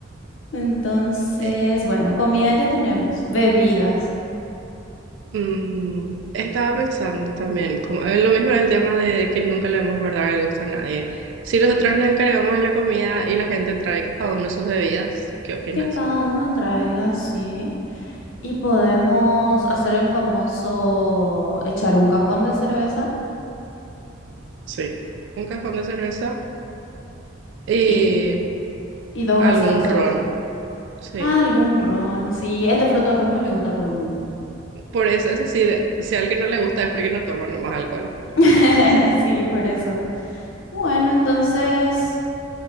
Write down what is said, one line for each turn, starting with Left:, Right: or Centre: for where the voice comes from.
Left: Entonces,
Right: Eh,
Left: bueno, comida ya tenemos, bebidas.
Right: mm, estaba pensando también, como, en lo mismo del tema de que nunca le vamos a guardar el gusto a nadie. Si nosotros nos encargamos de la comida y la gente trae cada uno sus bebidas, ¿qué opinas?
Left: que cada uno traiga, sí, y podemos hacer el famoso echar un cajón de cerveza
Right: Sí. Un cajón de cerveza y
Left: y, y dos
Right: algún
Left: gaseosas.
Right: ron, sí.
Left: Ah, algún ron, sí, el de frutos rojos le gusta a todo el mundo.
Right: Por eso, eso sí, si a alguien no le gusta es porque no toma nomás alcohol.
Left: <laughs> Sí, por eso. Bueno, entonces